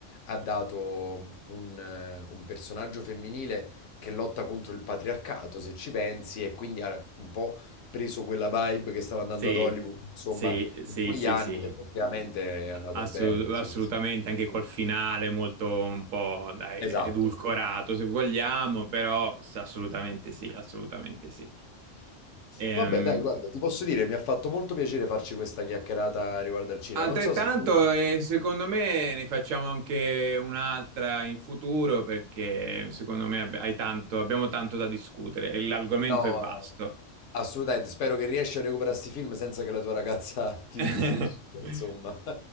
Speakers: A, on the left; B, on the right.
A: ha dato un, eh, un personaggio femminile che lotta contro il patriarcato, se ci pensi, e quindi ha un po' preso quella vibe che stava andando
B: Sì,
A: ad Hollywood, insomma,
B: Sì,
A: in
B: sì,
A: quegli
B: sì,
A: anni
B: sì,
A: ed effettivamente è andato
B: Assu-
A: bene, sì,
B: assolutamente,
A: sì.
B: anche col finale molto un po', dai,
A: Esatto.
B: edulcorato se vogliamo, però s- assolutamente sì, assolutamente sì. Ehm,
A: Vabbè, dai, guarda, ti posso dire, mi ha fatto molto piacere farci questa chiacchierata riguardo al cinema.
B: altrettanto,
A: Non so se tu...
B: e secondo me, ne facciamo anche un'altra in futuro perché secondo me abbi- hai tanto- abbiamo tanto da discutere, l'argomento
A: No,
B: è vasto.
A: no, assolutamente. Spero che riesci a recuperare questi film senza che la tua ragazza ti,
B: <laughs>
A: ti uccida, insomma. <laughs>